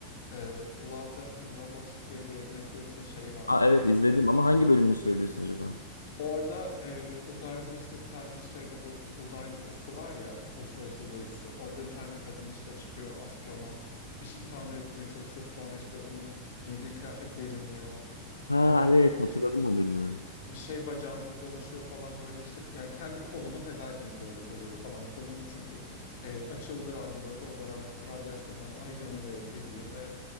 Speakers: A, on the left; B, on the left.
A: Eee, Love, Death and Robots diye bir Netflix'in şeyi vardı.
B: Ha evet izledim ama hangi bölümünü söylüyorsun acaba?
A: Orada e, uzayda işte bir tane şeyde bu uzay üssü var ya, uluslararası uzay üssü. Orada bir tane kadın işte çıkıyor astronot. Bir şey tamir etmeye çalışıyor. Sonra işte onun giydiği kıyafet deliniyor.
B: Ha
A: Ondan
B: evet
A: sonra
B: hatırladım
A: işte
B: o bölümü.
A: bir şey bacağına dolaşıyor falan böyle işte yani kendi kolunu feda etmek zorunda kalıyor falan. Kolunu çünkü e, açıldığı anda böyle orada ra- radyasyonlar falan yanıyor e-, ediyor ve